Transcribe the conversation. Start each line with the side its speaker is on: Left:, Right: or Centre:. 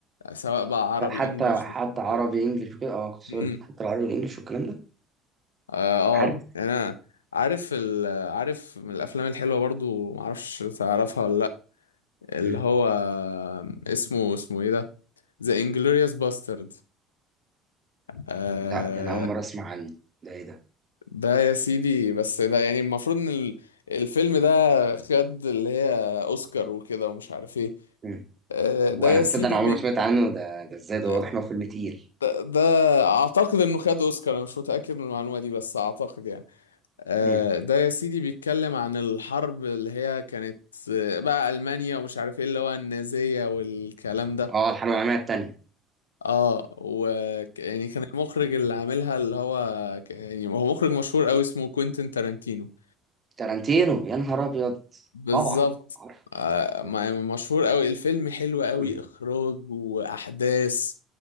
Left: سواء بقى عربي
Right: حتى
Left: انجليش
Right: حتى
Left: مش عارف
Right: عربي انجلش وكده اه كنت
Left: ايه
Right: هقول لك، حتى العربي والانجلش والكلام ده
Left: اه آه،
Right: عارف
Left: يعني انا عارف ال... عارف من الافلام الحلوه برضو معرفش تعرفها ولا لا
Right: مم.
Left: اللي هو اسمه اسمه ايه ده ذا انجلوريوس باسترد آه
Right: لا ده انا اول مره اسمع عنه ده ايه ده
Left: ده يا سيدي بس ده يعني المفروض ان ال- الفيلم ده خد اللي هي اوسكار وكده ومش عارف ايه
Right: مم.
Left: آه
Right: وانا
Left: ده يا
Right: تصدق
Left: سيدي
Right: انا عمري
Left: بيك...
Right: ما سمعت عنه ده ده ازاي ده
Left: آه،
Right: واضح انه فيلم تقيل
Left: ده, ده اعتقد انه خد اوسكار انا مش متاكد من المعلومه دي بس اعتقد يعني آه،
Right: مم.
Left: ده يا سيدي بيتكلم عن الحرب اللي هي كانت آه، بقى ألمانيا ومش عارف ايه اللي هو النازية والكلام ده
Right: اه الحرب العالميه الثانيه
Left: اه و يعني كان المخرج اللي عاملها اللي هو ك- يعني هو مخرج مشهور قوي اسمه كوينتين تارانتينو
Right: تارانتينو يا نهار ابيض
Left: بالظبط
Right: طبعا عارف
Left: آه،
Right: مم.
Left: م- يعني مشهور قوي الفيلم حلو قوي
Right: مم.
Left: إخراج وأحداث